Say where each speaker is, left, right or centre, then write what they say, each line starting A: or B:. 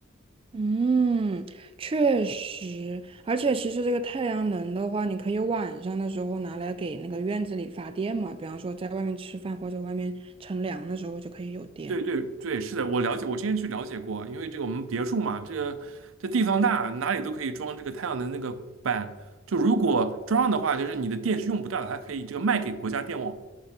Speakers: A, on the right (about 25°); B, on the right (about 80°).
A: 嗯，确实，而且其实这个太阳能的话，你可以晚上的时候拿来给那个院子里发电嘛，比方说在外面吃饭或者外面乘凉的时候就可以有电。
B: 对对对，是的，我了解，我之前去了解过，因为这个我们别墅嘛，这个这地方大，哪里都可以装这个太阳能那个板。就如果装上的话，就是你的电是用不掉的，它可以这个卖给国家电网。